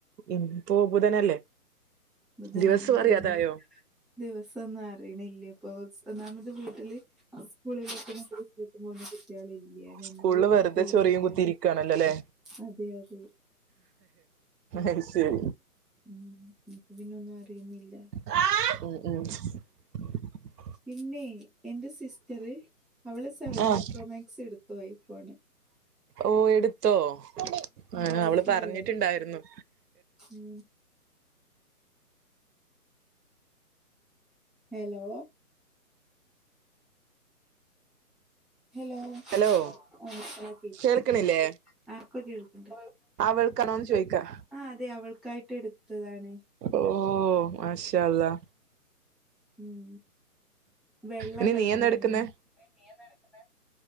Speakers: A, on the right; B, in the centre.
A: ഇന്നിപ്പോ ബുധനല്ലേ
B: ബുധനാണോ
A: ദിവസം അറിയാതായോ
B: ഏത് ദിവസംന്നും അറിയണില്ലേ അപ്പൊ ഒന്നാമത് വീട്ടില് സ്കൂളിലക്ക മദ്രസക്കും പോണിലേക്കും പോകുന്ന കുട്ടികള ഇല്ല്യ ഞമ്മൾ
A: സ്കൂളില്
B: എവ്ടുക്കും
A: വെറുതെ
B: പോണില്ല
A: ചൊറിയും കുത്തിയിരിക്കാണല്ലോ അല്ലേ
B: അതെ അതെ
A: അത് ശരി
B: ഉം അപ്പം പിന്നൊന്നും അറിയുന്നില്ല
A: ആ അ അ
B: പിന്നെ എന്റെ സിസ്റ്ററ് അവള് സെവന്റീൻ
A: ആഹ്
B: പ്രോ മാക്സ് എടുത്തു ഐഫോണ്
A: ഓ എടുത്തോ ആ
B: വൈറ്റ്
A: അവള് പറഞ്ഞിട്ടുണ്ടായിരുന്നു
B: കളറ് ഉം ഹലോ ഹലോ
A: ഹലോ
B: ആ ഇപ്പളാ കേക്ക്ണത്
A: കേൾക്കണില്ലേ
B: ആപ്പൊ കേൾക്ക്ണ്ട്
A: അവൾക്കാണോന്ന് ചോയിക്കാ
B: ആഹ് അതെ അവൾക്കായിട്ട് എടുത്തതാണ്
A: ഓഹ് മാഷാ അള്ളാ
B: ഉം വെള്ള
A: ഇനി
B: കളറാണ്
A: നീ എന്താ എടുക്കുന്നേ
B: നീ എന്താ എടുക്കുന്നെ